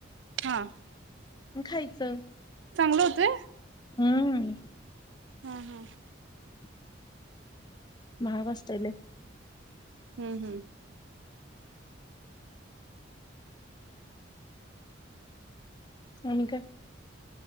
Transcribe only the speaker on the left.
आणि खायचं.
हम्म,
<unintelligible> महाग असतय लय
आणि काय?